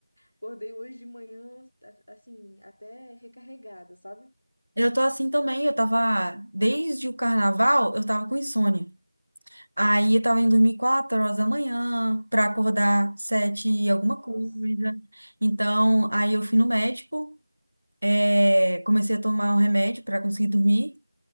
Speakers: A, on the left (about 30°); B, on the right (about 40°).
A: Acordei hoje de manhã, a- assim, até recarregada, sabe?
B: Eu tô assim também, eu tava, desde o carnaval, eu tava com insônia. Aí eu tava indo dormir 4 horas da manhã, pra acordar 7 e alguma
A: Nossa.
B: coisa. Então, aí eu fui no médico, eh, comecei a tomar um remédio pra conseguir dormir.